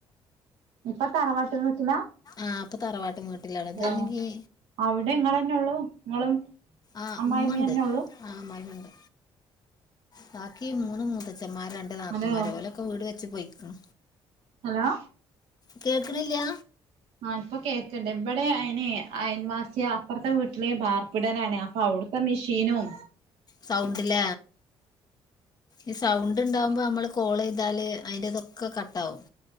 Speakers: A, on the right; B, on the left.
A: ഇപ്പൊ തറവാട്ട് വീട്ടിലാ
B: ആഹ് അപ്പൊ തറവാട്ടിവീട്ടിൽ അതാണെങ്കി
A: ഏഹ് അവിടെ ഇങ്ങളെന്നെ ഉള്ളു നിങ്ങളും
B: ആഹ്
A: അമ്മായിമ്മന്നെ
B: ഉമ്മണ്ട്
A: ഉള്ളൂ
B: ആഹ് അമ്മായിമ്മണ്ട് ബാക്കി മൂന്ന് മൂത്തച്ഛന്മാര് രണ്ട് നാത്തുമ്മാര്
A: ഹലോ
B: ഓലൊക്കെ വീട് വെച്ച് പൊയ്ക്ക്ണ്
A: ഹലോ
B: കേൾക്ക്ണില്ലാ
A: ആ ഇപ്പൊ കേൾക്ക്ണ്ട് ഇപടെ അയ്ൻ അയൽവാസി അപ്പുറത്തെ വീട്ടിലെ ബാർപ്പിടലാണ് അപ്പൊ അവ്ട <unintelligible> മിഷീനും
B: സൗണ്ട്ല്ല ഈ സൗണ്ട് ഉണ്ടാവുമ്പോൾ നമ്മള് കോൾ ചെയ്താല് അതിന്റെ ഇതൊക്കെ കട്ട ആവും.